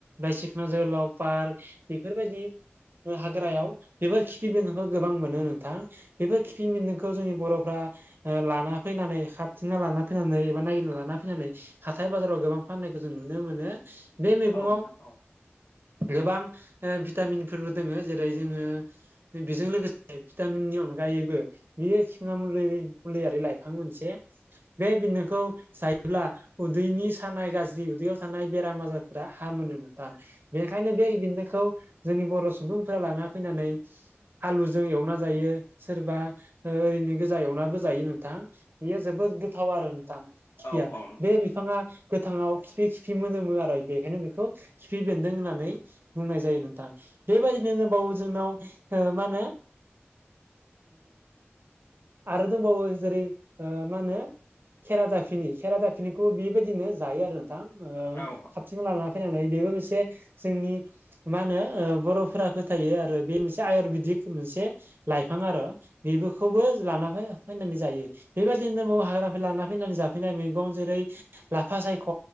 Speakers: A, on the right (about 55°); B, on the left (about 65°).
A: बाय सिखना जोहोलाव पार्क बेफोरबायदि हाग्रायाव बेफोर खिफि बेन्जनखौ गोबां मोनो नोंथां। बेफोर खिथिबिदोंखौ जोंनि बर'फ्रा लाना फैनानै ह खथिंना लाना फैनानै एबा नायागिरना लाना फैनानै हाथाय बाजाराव गोबां फाननायखौ जों नुनो मोनो मैगं
B: औ नोंथां
A: आव
B: औ
A: गोबां भिटामिनफोरबो दोङो जेरै जोङो बेजों लोगोसे भिटामिननि अनगायैबो बियो खिङा म मुलियारि लाइफां मोनसे बे बिनोखौ जायोब्ला उदैनि सानाय गाज्रि उदैयाव थानाय बेराम आजारफोरा हा मोनो नोंथां बेनिखायनो बे बिनोखौ जोंनि बर' सुबुंफोरा लाना फैनानै आलुजों एवना जायो सोरबा ओरैनो गोजा एवनाबो जायो नोंथां बेयो जोबोद गोथाव आरो नोंथां खिफिया
B: औ औ नोंथां
A: बे बिफाङा गोथाङाव खिफि खिफि मोनोदोमो आरो बेखायनो बेखौ सिफि बेन्दों होननानै बुंनाय जायो नोंथाङा बेबायाददिनो दबावो जोंनाव हो मा होनो आरो दंबावो जेरै मा होनो खेरा दाफिनि खेरा दाफिनिखौ बेबायदिनो जायो आरो नोंथां
B: औ
A: साबसिनो लानानै फैनानै बेबो मोनसे जोंनि मा होनो बर'फोरा फोथायो आरो बे मोनसे आयुरवेदिक मोनसे लाइफां आरो' बेफोरखौबो लाना फैनानै जायो बेबायदिनो हाग्रा लाना फैनानै ज फैनाय मैगं जेरै लाफा सायख'